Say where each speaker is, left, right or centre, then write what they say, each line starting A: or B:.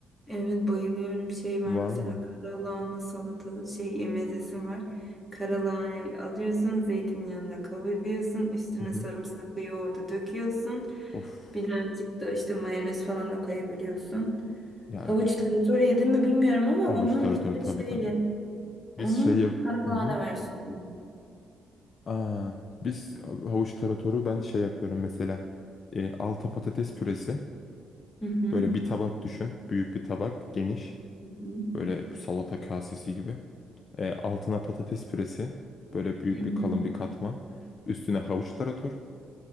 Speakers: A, on the left; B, on the left.
A: Evet bayılıyorum. Şey var
B: Valla.
A: mesela karalahana salata şey mezesi var. Karalahana alıyorsun zeytinyağında kavuruyorsun. Üstüne
B: Hı hı.
A: sarımsaklı yoğurdu döküyorsun.
B: Of.
A: Birazcık da işte mayonez falan da koyabiliyorsun.
B: Ya
A: Havuç
B: bir
A: tarator yedim mi bilmiyorum ama
B: avuç
A: onun
B: taratoru
A: işte
B: tabii
A: şeyle
B: tabii.
A: Onun
B: Biz şey yap...
A: karalahane
B: Hı hı.
A: versiyonu.
B: Aa, biz havuç taratoru ben şey yapıyorum mesela. E, alta patates püresi.
A: Hı hı.
B: Böyle bir tabak düşün. Büyük bir tabak. Geniş.
A: Hı hı.
B: Böyle salata kasesi gibi. E, altına patates püresi. Böyle büyük
A: Hı Hmm.
B: bir kalın
A: hı.
B: bir katman. Üstüne havuç tarator.